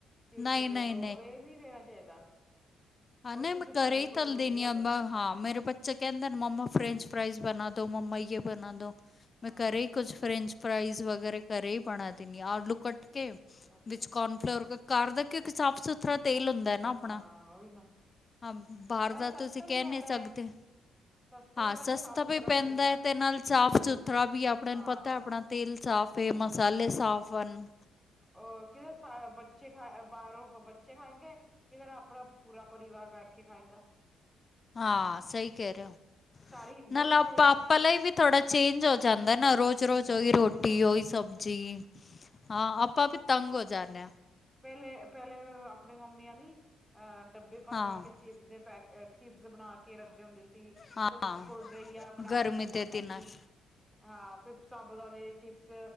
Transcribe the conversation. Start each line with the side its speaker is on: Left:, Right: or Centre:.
Centre: ਚਿਪਸ
Left: ਨਹੀਂ
Centre: ਦੇ
Left: ਨਹੀਂ
Centre: ਦੋ, ਇਹ ਨਹੀਂ ਦੇਣਾ ਚਾਹੀਦਾ।
Left: ਹਾ,
Centre: ਉਹੀ
Left: ਨੀ
Centre: ਤੁਸੀਂ
Left: ਮੈਂ ਘਰੇ ਹੀ
Centre: ਕੋਈ
Left: ਤੱਲਦੇਣੀ
Centre: ਵਧੀਆ
Left: ਆਂ।
Centre: ਦੋ
Left: ਹਾਂ ਮੇਰੇ ਬੱਚ ਕਹਿੰਦਾ ਮੰਮਾ ਫਰੈਂਚ ਫਰਾਾਈਜ਼ ਬਣਾ ਦੋ, ਮੰਮਾ ਇਹਏ ਬਣਾਉ ਦਉ,
Centre: ਹਾਂ
Left: ਮੈਂ ਘਰੇ ਹੀ ਕੁਛ ਫਰੈਂਚ ਫਰਾਾਈਜ਼ ਵਗੈਰਾ ਘਰੇ ਹੀ ਬਣਾ ਦੇਣੀ, ਆਲੂ ਕੱਟ ਕੇ
Centre: ਵਧੀਆ
Left: ਵਿੱਚ ਕੋ ਫਰ, ਘਰ ਕਿੳਕਿ ਸਾਫ ਸੁਥਰਾ ਤੇਲ ਹੁੰਦਾ ਹੈ ਨਾ ਆਪਣਾ
Centre: ਹਾਂ, ਓਹੀ ਨਾ।
Left: ਹਾਂ, ਬਾਹਰ
Centre: ਨਾਲੇ
Left: ਦਾ
Centre: ਸਸਤਾ
Left: ਤੁਸੀਂ ਕਹਿ
Centre: ਵੀ ਪੈਂਦਾ
Left: ਨਹੀਂ ਸਕਦੇ।
Centre: ਹੈ। ਸਸਤਾ
Left: ਹਾਂ,
Centre: ਵੀ ਪੈਂਦਾ
Left: ਸਸਤਾ
Centre: ਸਾਫ਼ ਸੁਥਰਾ
Left: ਵੀ ਪੈਂਦਾ
Centre: ਮਿਲਦਾ
Left: ਹੈ ਤੇ ਨਾਲ ਸਾਫ਼ ਸੁਥਰਾ ਵੀ, ਆਪਣੇ
Centre: ਹਾਂ
Left: ਨੂੰ ਪਤਾ ਆਪਣਾ ਤੇਲ ਸਾਫੇ, ਮਸਾਲੇ ਸਾਫ ਹਨ।
Centre: ਉਹ ਕਿ ਬੱਚੇ ਖਾ, ਬਾਹਰੋਂ ਬੱਚੇ ਖਾਏਗੇ। ਕਿਦੇ ਨਾਲ ਅਪਣਾ ਪੂਰਾ ਪਰਿਵਾਰ ਬੈਠ ਕੇ ਖਾਏਂਗਾ?
Left: ਹਾਂ ਸਹੀ ਕੈ ਰਏ ੳ।
Centre: ਸਾਰੀ ਬਹੁਤ
Left: ਨਾਲਾ
Centre: ਸਾਰੇ
Left: ਪਾ
Centre: ਚੀਜ਼
Left: ਪਲੀ ਵੀ ਥੋੜਾ ਚੇਂਜ ਹੋ ਜਾਂਦਾ ਏ ਨਾ ਰੋਜ-
Centre: ਹਮ
Left: ਰੋਜ ੳਈ ਰੋਟੀ, ੳਈ ਸਬਜ਼ੀ। ਹਾਂ ਆਪਾਂ ਵੀ ਤੰਗ ਹੋ ਜਾਨੇ ਆ।
Centre: ਪੈਲੇ ਪੈਲੇ ਅਪਣੀ ਮੰਮੀਆਂ ਨੀ ਅਹ ਡੱਬੇ ਭਰ-ਭਰ
Left: ਹਾਂ
Centre: ਕੇ ਚਿਪਸ ਦੇ ਪੈਕੇਟ, ਚਿਪਸ ਬਨਾ ਕੇ ਰੱਖਦੇ ਹੁੰਦੇ ਸੀ,
Left: ਹਾਂ
Centre: ਕੁਲ
Left: ਹਾਂ
Centre: ਕੋਲਡਿ੍ਕਂਸ ਬਨਾ
Left: ਗਰਮੀ
Centre: ਕੇ ਰੱਖਦੇ
Left: ਦੇ
Centre: ਹੁੰਦੇ
Left: ਦਿਨਾਂ
Centre: ਸੀ।
Left: ਚ
Centre: ਹਾਂ ਫੇਰ ਸਾਬੂ ਦਾਨੇ ਦੇ ਚਿਪਸ